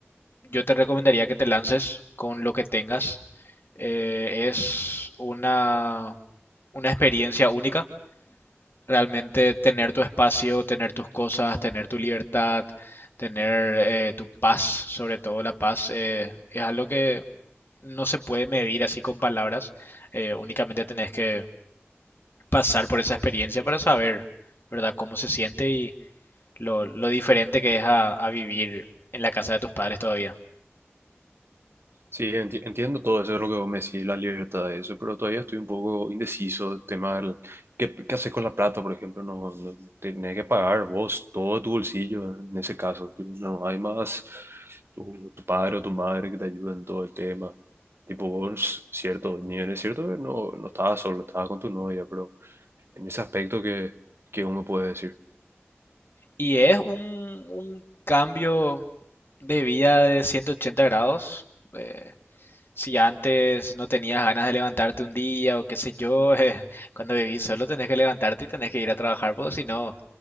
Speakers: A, on the left; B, on the right.
A: yo te recomendaría que te lances con lo que tengas. Eh, es una, una experiencia única. Realmente tener tu espacio, tener tus cosas, tener tu libertad, tener eh, tu paz, sobre todo la paz, eh, es algo que no se puede medir así con palabras, eh, únicamente tenés que pasar por esa experiencia para saber, ¿verdad?, cómo se siente y lo, lo diferente que es a, a vivir en la casa de tus padres todavía.
B: Sí, enti- entiendo todo eso, es lo que vos me decís, la libertad de eso, pero todavía estoy un poco indeciso, tema del, ¿qué, qué haces con la plata, por ejemplo? No, no, tenés que pagar vos todo tu bolsillo en ese caso, tipo, no hay más tu, tu padre o tu madre que te ayuden en todo el tema, tipo vos, cierto, ni es cierto que no, no estabas solo, estabas con tu novia, pero en ese aspecto que, que uno puede decir.
A: Y es un, un cambio de vida de 180 grados. eh, Si antes no tenías ganas de levantarte un día o qué sé yo, <laughs> eh, cuando vivís solo tenés que levantarte y tenés que ir a trabajar porque si no,